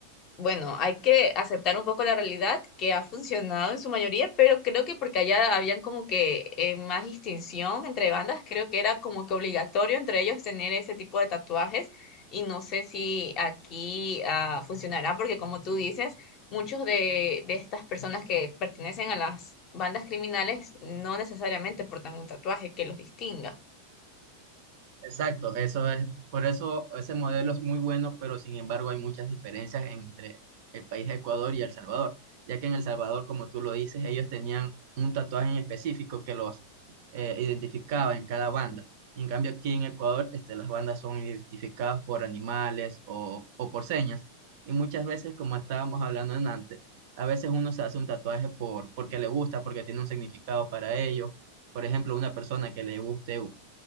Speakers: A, on the left; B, on the right.
A: bueno, hay que aceptar un poco la realidad que ha funcionado en su mayoría, pero creo que porque allá habían como que eh, más distinción entre bandas, creo que era como que obligatorio entre ellos tener ese tipo de tatuajes y no sé si aquí ah, funcionará porque como tú dices, muchos de, de estas personas que pertenecen a las bandas criminales no necesariamente portan un tatuaje que los distinga.
B: Exacto, eso es, por eso ese modelo es muy bueno, pero sin embargo hay muchas diferencias entre el país de Ecuador y El Salvador, ya que en El Salvador, como tú lo dices, ellos tenían un tatuaje en específico que los eh, identificaba en cada banda. Y en cambio aquí en Ecuador, este, las bandas son identificadas por animales o, o por señas. Y muchas veces, como estábamos hablando en antes, a veces uno se hace un tatuaje por, porque le gusta, porque tiene un significado para ellos. Por ejemplo, una persona que le guste